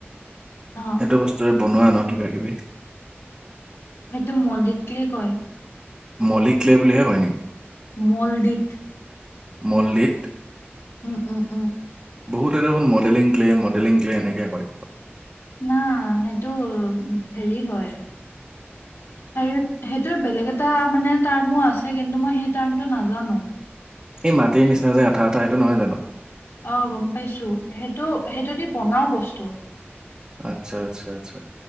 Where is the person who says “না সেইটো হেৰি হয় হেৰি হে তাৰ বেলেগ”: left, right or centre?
Left